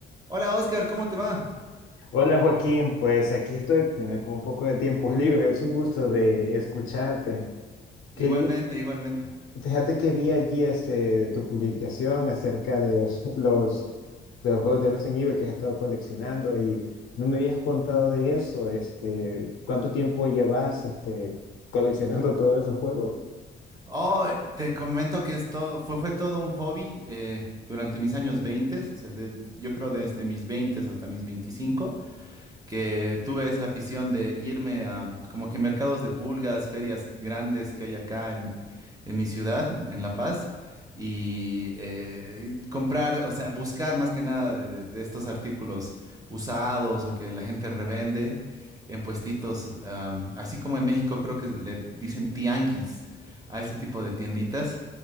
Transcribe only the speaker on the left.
Hola Joaquín, pues aquí estoy eh, con un poco de tiempos libres, es un gusto de escucharte.
Quería,
fíjate que vi allí este, tu publicación acerca de <laughs> los, de los juegos de Resident Evil que has estado coleccionando y no me habías contado de eso, este, ¿cuánto tiempo llevas este, coleccionando todos esos juegos?